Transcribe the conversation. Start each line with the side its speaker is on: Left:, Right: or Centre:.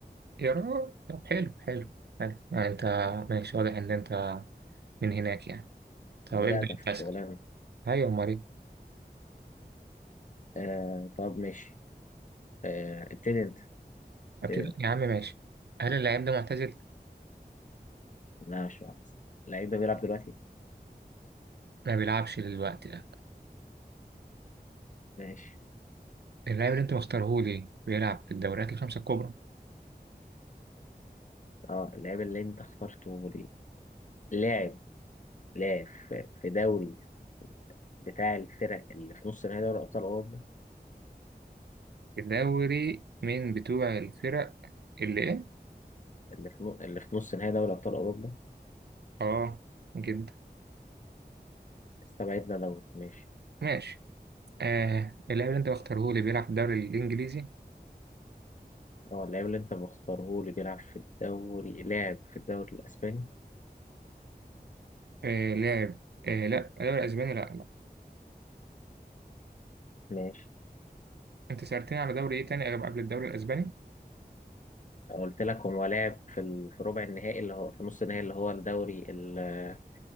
Right: يا راجل طب حلو حلو حلو يعني أنت ماشي واضح إن أنت من هناك يعني طب
Left: ندقدق
Right: ابدأ أنت
Left: في الشغلانة
Right: أسأل أيوة أمال إيه؟
Left: آه طب ماشي آه ابتدي انت
Right: أبتدي-
Left: ابتدي انت.
Right: يا عم ماشي هل اللعيب ده معتزل؟
Left: لا مش معنى اللعيب ده بيلعب دلوقتي
Right: ما بيلعبش دلوقتي لا
Left: ماشي
Right: اللاعب اللي انت مختارهولي بيلعب في الدوريات الخمسة الكبرى
Left: اه اللعيب اللي انت اخترته ليه لاعب لاعب في في دوري بتاع الفرق اللي في نص نهائي دوري ابطال اوروبا
Right: الدوري من بتوع الفرق اللي ايه؟
Left: اللي في نو... اللي في نص نهائي دوري ابطال اوروبا
Right: اه جدا
Left: استبعدنا دوري ماشي
Right: ماشي آه اللاعب اللي انت مختارهولي بيلعب في الدوري الانجليزي
Left: اه اللاعب اللي انت مختاره لي بيلعب في الدوري لاعب في الدوري الاسباني
Right: آه لاعب آه لا الدوري الاسباني لا لا
Left: ماشي
Right: انت سألتني على دوري ايه تاني غير قبل الدوري الاسباني؟
Left: قلت لك هو لعب في ال- في ربع النهائي اللي هو في نص النهائي اللي هو الدوري ال-